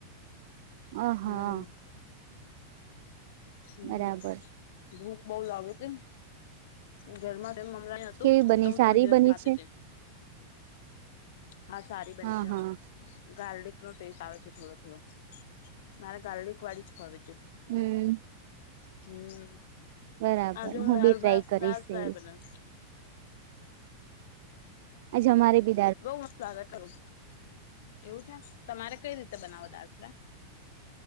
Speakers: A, on the right (about 50°); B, on the left (about 55°).
A: હ હા.
B: હમ હમ
A: બરાબર
B: ભૂખ બઉ લાગે છે ઘરમાં તેમ હું
A: કેવી બની
B: ત ત્રણ
A: સારી
B: દિવસથી
A: બની છે
B: હા સારી બની
A: હા
B: છે
A: હા
B: ગાર્લિક. નો ટેસ્ટ આવે છે થોડો થોડો મારે ગારડ એક વાળી જ ખવે છે.
A: હમ.
B: હમ
A: બરાબર
B: આજે હું ડળ
A: બી ટ્રાય
B: ભા
A: કરીશ
B: દળ ફાય
A: એવી
B: બના.
A: આજ અમારે બિ.
B: બઉ મસ્ સ્વાગત હતું એવું છે તમારે કઈ રીતે બનાવો દાત.